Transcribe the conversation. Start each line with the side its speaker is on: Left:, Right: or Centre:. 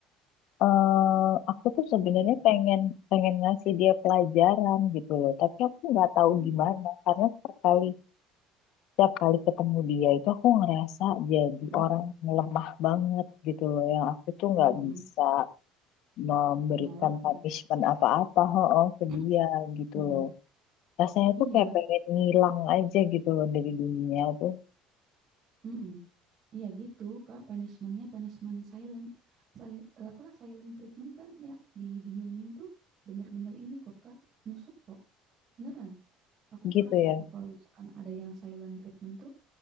Left: eh aku tuh sebenarnya
Right: Mm-mm.
Left: pengen pengen ngasih dia pelajaran gitu loh, tapi aku nggak tahu
Right: Mm-mm.
Left: gimana karena sekali Setiap kali ketemu dia itu aku ngerasa jadi
Right: Mm-mm.
Left: orang yang lemah banget gitu loh. Yang aku tuh nggak
Right: Mm-mm.
Left: bisa memberikan
Right: Nolak ya.
Left: punishment apa-apa oh, ke
Right: <clears throat>
Left: dia gitu
Right: Mm-mm.
Left: loh. Rasanya
Right: Iya.
Left: tuh kayak pengen ngilang aja gitu loh dari dunia tuh.
Right: Mm-mm. Iya gitu, Kak. Punishment-nya punishment silent. Sali- apa silent treatment kan ya didiemin tuh bener-bener ini kok, Kak. Nusuk kok. Beneran. Aku
Left: Gitu
Right: kerasa
Left: ya.
Right: kok kalau misalkan ada yang silent treatment tuh